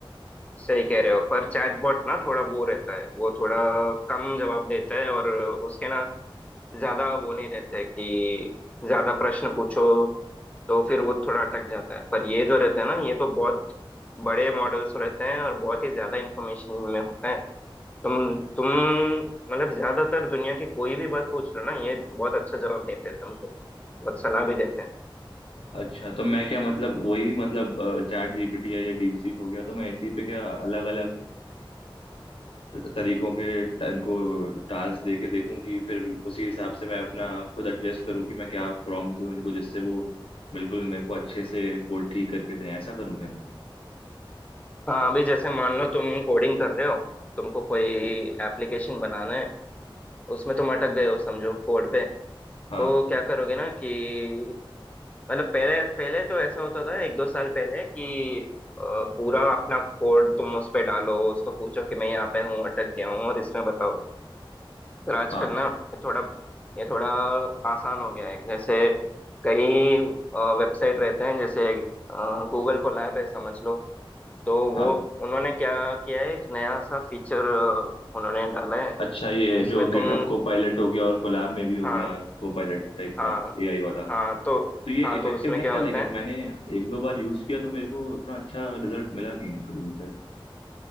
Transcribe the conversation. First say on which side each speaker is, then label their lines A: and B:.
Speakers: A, on the left; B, on the left.
A: सही कह रहे हो पर चैटबॉट ना थोड़ा वो रहता है वो थोड़ा कम जवाब देता है और उसके ना ज्यादा वो नहीं रहते कि ज्यादा प्रश्न पूछो तो फिर वो थोड़ा अटक जाता है पर ये जो रहता है ना ये तो बहुत बड़े मॉडल्स रहते हैं और बहुत ही ज्यादा इंफॉर्मेशन में होता है तुम तुम मतलब ज्यादातर दुनिया की कोई भी बात पूछ लो ना ये बहुत अच्छा जवाब देते हैं तुमको बहुत सलाह भी देते हैं
B: अच्छा तो मैं क्या मतलब वही मतलब चैट जीपीटी या ये डीप सीक हो गया तो मैं इसी पे क्या अलग अलग तरीकों के ट- इनको टास्क दे के देखूं कि फिर उसी हिसाब से मैं अपना खुद एडजस्ट करूं कि मैं क्या प्रॉम्प्ट दूं इनको जिससे वो बिल्कुल मेरे को अच्छे से कोड ठीक करके दें ऐसा करूं क्या मैं
A: हाँ अभी जैसे मान लो तुम कोडिंग कर रहे हो तुमको कोई एप्लीकेशन बनाना है उसमें तुम अटक गए हो समझो कोड पे
B: हाँ
A: तो क्या करोगे ना कि मतलब पहले पहले तो ऐसा होता था एक दो साल पहले कि अ, पूरा अपना कोड तुम उस पे डालो उसको पूछो कि मैं यहाँ पे हूँ अटक गया हूँ और इसमें बताओ पर आजकल
B: हाँ
A: ना ये थोड़ा ये थोड़ा आसान हो गया है जैसे कई वेबसाइट रहते हैं जैसे गूगल कोलैब है समझ लो तो वो
B: हाँ
A: उन्होंने क्या किया है एक नया सा फीचर उन्होंने डाला है
B: अच्छा ये
A: जिसमें
B: जो गिटहब
A: तुम
B: को पायलट हो गया और कोलैब में भी हो
A: हाँ
B: गया को पायलट टाइप
A: हाँ
B: का एआई वाला तो
A: हाँ तो
B: ये
A: हाँ
B: इफेक्टिव
A: तो उसमें
B: है
A: क्या
B: क्या
A: होता
B: लेकिन
A: है
B: मैंने एक दो बार यूज किया तो मेरे को उतना अच्छा रिजल्ट मिला नहीं इनको इनसे